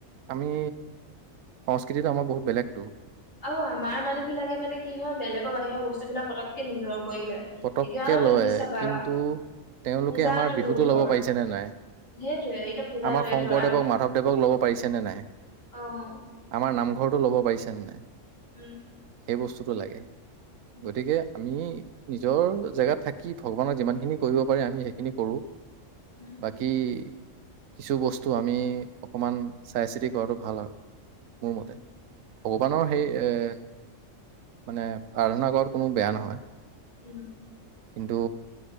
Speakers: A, on the right; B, on the left.
A: আমি সংস্কৃতিটো আমাৰ বহুত বেলেগতটো।
B: আৰু আমাৰ মানুহ বিলাকে মানে কি হল, বেলেগৰ বাহিৰৰ বস্তু বিলাক পটককে নিজৰ কৰি লয়।
A: পতককে
B: এতিয়া তুমি
A: লয়
B: চাবা
A: কিন্তু তেওঁলোকে
B: পূজাটো
A: আমাৰ বিহুতটো
B: ধৰ
A: ল'ব পাৰিছে নে নাই?
B: সেইটোয়ে এতিয়া পূজাটোৱে
A: আমাৰ শংকৰদেৱক
B: ধৰ
A: মাধৱদেৱক ল'ব পাৰিছে নে নাই?
B: অঁ।
A: আমাৰ নামঘৰটো ল'ব পাৰিছে নে নাই?
B: উম।
A: সেই বস্তুটো লাগে
B: উম
A: গতিকে আমি নিজৰ জেগাত থাকি ভগৱানক যিমান খিনি কৰিব পাৰে আমি সেইখিনি কৰো
B: উম
A: বাকী বাকী কিছু বস্তু আমি অকণমান চাই চিতি কৰাটো ভাল আৰু। মোৰ
B: উম
A: মতে, ভগৱানৰ
B: উম
A: সেই এ মানে আৰাধনা কৰাত কোনো বেয়া নহয়।
B: উম।
A: কিন্তু